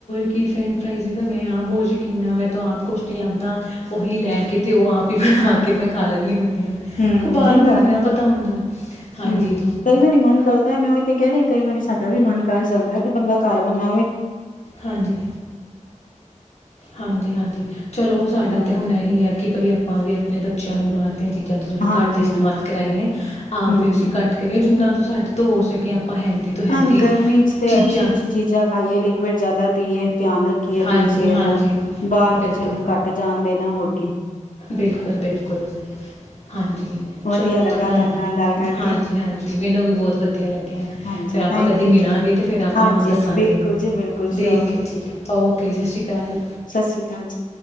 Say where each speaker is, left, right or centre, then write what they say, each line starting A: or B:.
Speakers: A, on the left; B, on the left.
A: ਕਿ ਫਰੈਂਚ ਫਰਾਈਜ਼ ਸੀ ਤਾਂ ਮੈਂ ਆਪ ਬਹੁਤ ਸ਼ੌਕੀਨ ਹਾਂ ਮੈਂ ਤਾਂ ਆਪ ਕੁਛ ਨਹੀਂ ਲੱਭਦਾ ਉਹੀ ਲੈ ਕੇ ਤੇ ਉਹ ਆਪ ਹੀ ਬਣਾ ਕੇ ਮੈਂ ਖਾ ਲੈਂਦੀ ਹ
B: ਹੂੰ
A: ਕੋਈ ਬਾਹਰ
B: ਸਹੀ
A: ਦਾ
B: ਗੱਲ
A: ਨੀ
B: ਏ।
A: ਪਤਾ ਹੁੰਦਾ ਹਾਂਜੀ
B: ਹੂੰ ਕਈ ਵਾਰੀ ਮਨ ਕਰਦਾ ਮੈਂ ਉਹੀ ਤੇ ਕਹਿ ਰਹੀ ਕਈ ਵਾਰੀ ਸਾਡਾ ਵੀ ਮਨ ਕਰ ਜਾਂਦਾ ਕਿ ਬੰਦਾ ਘਰ ਬਨਾਵੇ
A: ਹਾਂਜੀ ਹਾਂਜੀ ਹਾਂਜੀ ਚਲੋ ਸਾਡਾ
B: ਹੂੰ,
A: ਤਾਂ ਹੁਣ ਇਹੀ ਆ ਕਿ ਬਾਈ ਆਪਾਂ ਵੀ ਆਪਣੇ ਬੱਚਿਆਂ ਨੂੰ ਬਾਹਰ ਦੀਆਂ ਚੀਜ਼ਾਂ ਦਾ ਥੋੜ੍ਹਾ
B: ਹਾਂਜੀ
A: ਘੱਟ ਇਸਤੇਮਾਲ
B: ਹਾਂ,
A: ਕਰਾਈਏ ਆਪ
B: ਹੂੰ।
A: ਦੇ ਅਸੀ ਕਟ ਕੇ ਜਿੰਨਾ ਤ ਸਾਡੇ ਤੋਂ ਹੋ ਸਕੇ ਆਪਾਂ ਹੈਲਦੀ ਤੋਂ ਹੈਲਦੀ
B: ਹਾਂ ਗਰਮੀ ਚ ਤੇ
A: ਚੀਜ਼ਾਂ
B: ਅੱਛੀ ਅੱਛੀ ਚੀਜ਼ਾਂ ਖਾਈਏ ਲਿਕੁਡ ਜ਼ਿਆਦਾ ਪੀਏ ਧਿਆਨ ਰੱਖੀਏ ਆਪਣੀ
A: ਹਾਂਜੀ
B: ਸਿਹਤ
A: ਹਾਂਜੀ
B: ਦਾ ਬਾਹਰ
A: ਬਿਲਕੁਲ
B: ਬੱਚਿਆਂ ਨੂੰ ਘੱਟ ਜਾਣ ਦੇ ਨਾ ਹੋਰ ਕੀ
A: ਬਿਲਕੁਲ ਬਿਲਕੁਲ ਹਾਂਜੀ
B: ਵਧੀਆ
A: ਚਲੋ
B: ਲੱਗਾ
A: ਤੁਹਾਡੇ ਨਾਲ
B: ਗੱਲ ਕਰਕੇ
A: ਹਾਂਜੀ ਹਾਂਜੀ ਮੈਨੂੰ ਵੀ ਬਹੁਤ ਵਧੀਆ ਲੱਗਿਆ
B: ਹਾਂਜੀ
A: ਫਿਰ ਆਪਾਂ
B: ਥੈਂਕ
A: ਕਦੀ
B: ਯੂ
A: ਮਿਲਾਂਗੇ
B: ਜੀ
A: ਤਾਂ ਫਿਰ ਆਪਾਂ
B: ਹਾਂਜੀ
A: ਦੱਸਾਂਗੇ
B: ਬਿਲਕੁਲ ਜੀ ਬਿਲਕੁਲ
A: ਦੇਠੀਕ
B: ਸ਼ੋਰ
A: ਹੈ ਠੀਕ ਓਕੇ ਸਤਿ ਸ਼੍ਰੀ ਅਕਾਲ
B: ਸਤਿ ਸ਼੍ਰੀ ਅਕਾਲ ਜੀ।